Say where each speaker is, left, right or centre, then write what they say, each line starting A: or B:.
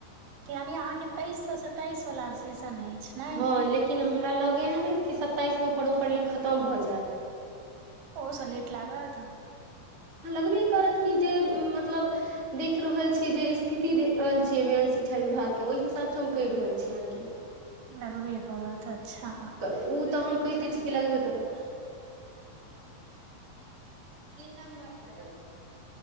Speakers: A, on the right; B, on the right.
A: यानि अहाँके तेइस से सताइस वाला सेशन अछि नै
B: हँ लेकिन हमरा लग एहन कि सत्ताइसमे प्रॉपरली खत्म भऽ जायत
A: ओहूँ से लेट लागत
B: लगबैत करत कि जे मतलब दिख रहल छी जे स्थिति देख रहल छियै शिक्षा विभाग के ओहि हिसाब सँ हम कह रहल छी अहाँ केँ
A: लगबै करतऽ अच्छा
B: उ तऽ हम कहिते छी की लगबे करत तीन <unintelligible> नंबर हय